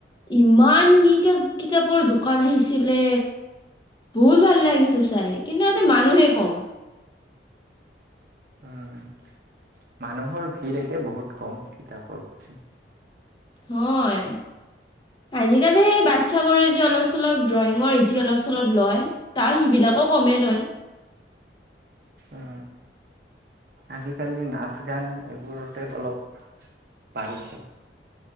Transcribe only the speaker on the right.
উম, মানুহৰ ভিৰ এতিয়া বহুত কম কিতাপৰ প্ৰতি।
উ, আজিকালি নাচ গান এইবোৰতে অলপ বাঢ়িছে।